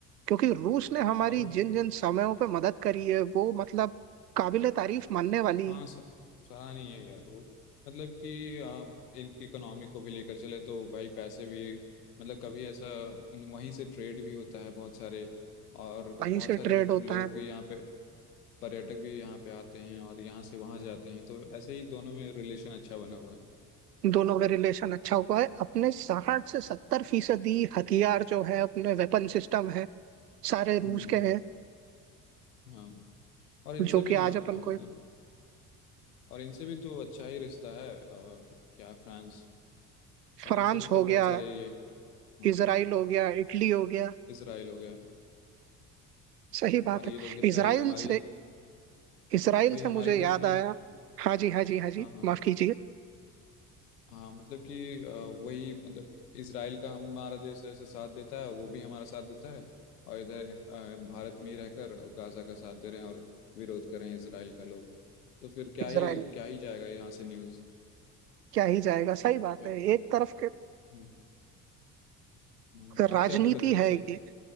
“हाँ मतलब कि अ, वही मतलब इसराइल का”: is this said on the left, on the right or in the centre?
Left